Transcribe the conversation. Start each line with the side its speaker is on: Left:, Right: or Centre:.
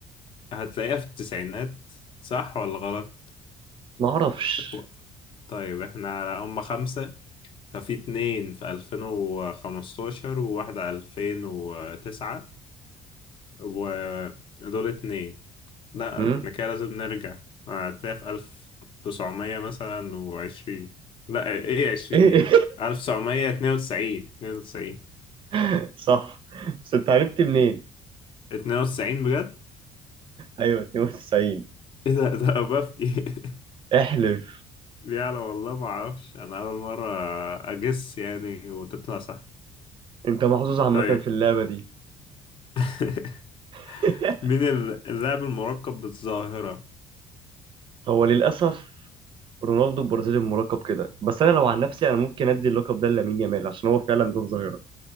Left: هتلاقيها في التسعينات صح ولا غلط
Right: ما اعرفش
Left: ف- طيب احنا هم خمسة ففي اتنين في 2015 وواحدة 2009 ودول اتنين لا
Right: امم
Left: احنا كده لازم نرجع هتلاقيها في 1900 مثلا وعشرين لا ايه عشرين
Right: ايه
Left: دي
Right: إيه؟
Left: 1992 92
Right: <laughs> صح بس انت عرفت منين
Left: 92 بجد
Right: ايوه 92
Left: ايه ده ده أبافتي <laughs>
Right: احلف
Left: دي أنا والله ما أعرفش أنا أول مرة أجس يعني وتطلع صح
Right: انت محظوظ عامة
Left: طيب
Right: في اللعبة دي
Left: <laughs>
Right: <laughs>
Left: مين ال- اللاعب المركب بالظاهرة
Right: هو للاسف رونالدو البرازيلي المراقب كده بس انا لو عن نفسي انا ممكن ادي اللقب ده لامين يامال عشان هو فعلا ده الظاهرة